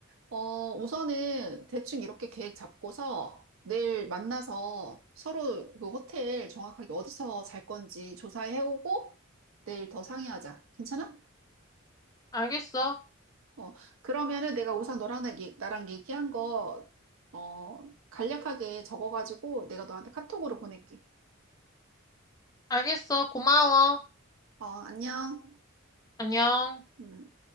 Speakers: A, on the right; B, on the left.
A: 어, 우선은 대충 이렇게 계획 잡고서 내일 만나서 서로 그 호텔 정확하게 어디서 잘 건지 조사해오고 내일 더 상의하자. 괜찮아?
B: 알겠어.
A: 어, 그러면은 내가 우선 너랑 나- 나랑 얘기한 거, 어, 간략하게 적어가지고 내가 너한테 카톡으로 보낼게.
B: 알겠어. 고마워.
A: 어, 안녕.
B: 안녕.
A: 음.